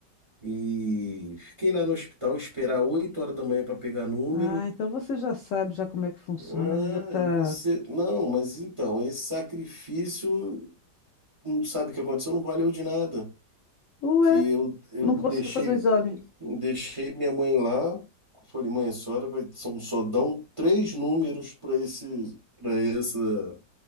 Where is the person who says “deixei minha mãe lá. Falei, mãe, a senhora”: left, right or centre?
Right